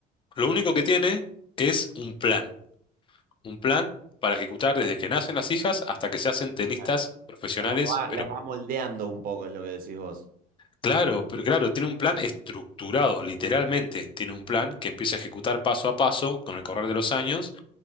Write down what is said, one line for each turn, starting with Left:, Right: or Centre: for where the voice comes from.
Left: lo único que tiene es un plan, un plan para ejecutar desde que nacen las hijas hasta que se hacen tenistas
Right: Claro.
Left: profesionales,
Right: Las va, las va moldeando un poco, es lo que decís vos.
Left: Claro, pero claro, tiene un plan estructurado, literalmente. Tiene un plan que empieza a ejecutar paso a paso con el correr de los años